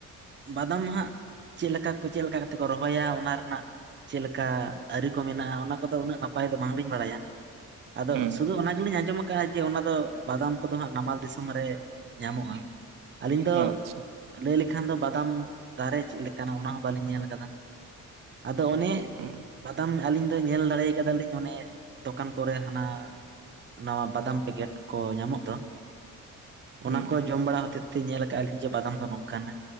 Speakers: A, on the right; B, on the right.
A: ᱵᱟᱫᱟᱢ ᱱᱟᱦᱟᱸᱜ ᱪᱮᱜ ᱞᱮᱠᱟ ᱠᱚ ᱪᱮᱫ ᱞᱮᱠᱟ ᱠᱟᱛᱮ ᱠᱚ ᱨᱚᱦᱚᱭᱟ ᱚᱱᱟ ᱨᱮᱱᱟᱜ, ᱪᱮᱜ ᱞᱮᱠᱟ ᱟᱹᱨᱤ ᱠᱚ ᱢᱮᱱᱟᱜᱼᱟ ᱚᱱᱟ ᱠᱚᱫᱚ ᱩᱱᱟᱹᱜ ᱱᱟᱯᱟᱭ ᱫᱚ ᱵᱟᱝᱞᱤᱧ ᱵᱟᱲᱟᱭᱟ᱾ ᱟᱫᱚ
B: ᱦᱩᱸ
A: ᱥᱩᱫᱷᱩ ᱚᱱᱟ ᱜᱮᱞᱤᱧ ᱟᱸᱡᱚᱢᱟ, ᱠᱟᱜᱼᱟ ᱡᱮ ᱚᱱᱟ ᱫᱚ ᱵᱟᱫᱟᱢ ᱠᱚᱫᱚ ᱦᱟᱸᱜ ᱱᱟᱢᱟᱞ ᱫᱤᱥᱚᱢ ᱨᱮ ᱧᱟᱢᱚᱜᱼᱟ᱾ ᱟᱹᱞᱤᱧ ᱫᱚ
B: ᱟᱪᱪᱷᱟ
A: ᱞᱟᱹᱭ ᱞᱮᱠᱷᱟᱱ ᱫᱚ ᱵᱟᱫᱟᱢ ᱫᱟᱨᱮ ᱪᱮᱫ ᱞᱮᱠᱟᱱᱟ ᱚᱱᱟ ᱦᱚᱸ ᱵᱟᱞᱤᱧ ᱧᱮᱞ ᱟᱠᱟᱫᱟ᱾ ᱟᱫᱚ ᱚᱱᱮ
B: ᱦᱩᱸ
A: ᱵᱟᱫᱟᱢ, ᱟᱞᱤᱧ ᱫᱚ ᱧᱮᱞ ᱫᱟᱲᱮ ᱠᱟᱫᱟᱞᱤᱧ ᱚᱱᱮ ᱫᱚᱠᱟᱱ ᱠᱚᱨᱮ ᱦᱟᱱᱟ, ᱱᱟᱣᱟ ᱵᱟᱫᱟᱢ ᱯᱮᱠᱮᱴ ᱠᱚ ᱧᱟᱢᱚᱜ ᱫᱚ
B: ᱦᱩᱸ
A: ᱚᱱᱟ ᱠᱚ ᱡᱚᱢ ᱵᱟᱲᱟ ᱦᱚᱛᱮᱡ ᱛᱮ ᱧᱮᱞ ᱠᱟᱜᱼᱟ ᱞᱤᱧ ᱡᱮ ᱵᱟᱫᱟᱢ ᱫᱚ ᱱᱚᱝᱠᱟᱱᱟ